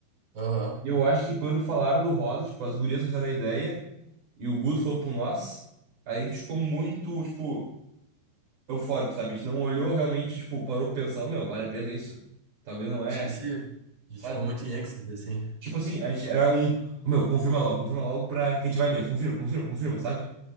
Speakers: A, on the right (about 30°); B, on the right (about 50°).
A: Aham.
B: E eu acho que quando falaram do Rosa, tipo, as gurias fizeram a ideia e o Guto falou com nós, aí a gente ficou muito, tipo, eufórico, sabe? A gente não olhou realmente, tipo, parou pra pensar, "Ô, meu, vale a pena isso? Talvez não é,
A: Isso, a gente
B: sabe?
A: ficou muito em êxtase, assim.
B: Tipo assim, a gente era um, "Ô, meu, confirma logo, confirma logo pra quem a gente vai mesmo, confirma, confirma, confirma, sabe?